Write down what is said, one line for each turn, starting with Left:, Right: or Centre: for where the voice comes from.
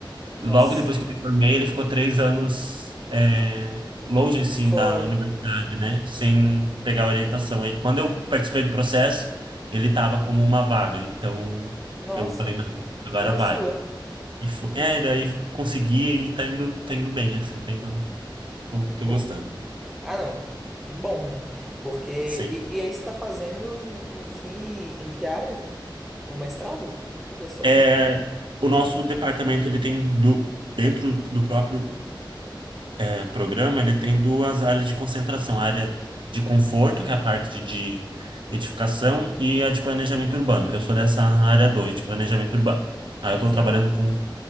Right: Logo
Centre: Nossa.
Right: depois que eu me formei, ele ficou três anos é, longe, assim,
Centre: Fora.
Right: da universidade, né? Sem pegar orientação. Aí, quando eu participei do processo, ele estava como uma vaga. Então,
Centre: Nossa.
Right: eu falei, não, agora
Centre: Era
Right: vai.
Centre: sua.
Right: E foi, é, daí consegui e tá indo, tá indo bem, assim, tá indo, tô, tô
Centre: Pô.
Right: gostando.
Centre: Ah, não. Que bom, né? Porque. E,
Right: Sim.
Centre: e aí você tá fazendo em, em que, em que área? O mestrado? O que que é sobre?
Right: É, o nosso departamento, ele tem, do, dentro do próprio é, programa, ele tem duas áreas de concentração, a área de conforto, que é a parte de edificação, e a de planejamento urbano. Eu sou dessa área 2, de planejamento urbano. Aí eu estou
Centre: Sim.
Right: trabalhando com